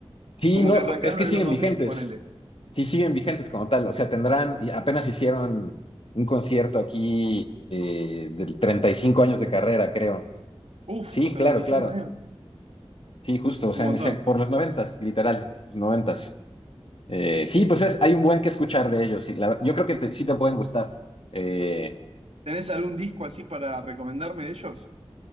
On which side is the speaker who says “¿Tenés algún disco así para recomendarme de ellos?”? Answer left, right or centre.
Right